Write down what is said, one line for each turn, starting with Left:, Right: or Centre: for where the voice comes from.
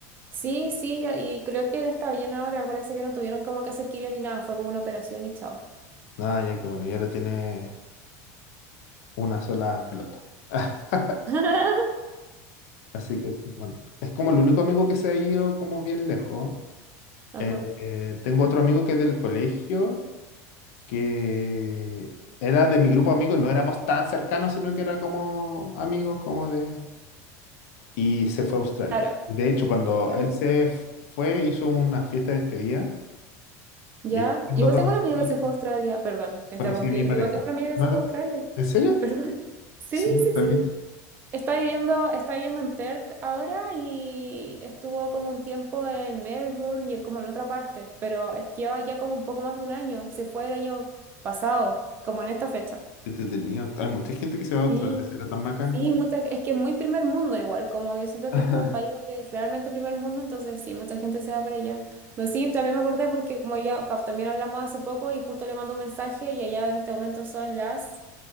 Right: Sí, sí, y creo que él está bien ahora. Parece que no tuvieron como que hacer quimio ni nada. Fue como una operación y chao.
Left: Nada, ya que bueno, ya le tiene una sola pelota. <laughs>
Right: <laughs>
Left: Así que bueno, es como el único amigo que se ha ido como bien lejos.
Right: Ajá.
Left: Eh, eh, tengo otro amigo que es del colegio, que era de mi grupo de amigos, no éramos tan cercanos, sino que era como amigos, como de... Y se fue a Australia.
Right: Claro.
Left: De hecho, cuando
Right: Ya.
Left: él se f- fue, hizo una fiesta de despedida.
Right: Ya.
Left: Y ahí fue cuando
Right: Igual
Left: conocí,
Right: tengo una amiga que se fue a Australia. Perdón, te interrumpí.
Left: conocí a mi pareja.
Right: Igual tengo una amiga que
Left: ¿No
Right: se
Left: te-
Right: fue a Australia.
Left: ¿En serio?
Right: <laughs> Perdón. Sí,
Left: Sí, no
Right: sí,
Left: sabía.
Right: sí. Está viviendo, está viviendo en Perth ahora y estuvo como un tiempo en Melbourne y él como en otra parte, pero es- lleva ya como un poco más de un año. Se fue el año pasado, como en esta fecha.
Left: Qué entretenido. Hay mucha gente que se va a Australia,
Right: Sí.
Left: será tan bacán
Right: Sí,
Left: como él.
Right: mucha, es que es muy primer mundo igual, como yo siento
Left: <laughs>
Right: que es como un país donde es realmente primer mundo, entonces sí, mucha gente se va para allá. No, sí, también me acordé porque como ya ca- también hablamos hace poco y justo le mando un mensaje y allá en este momento son las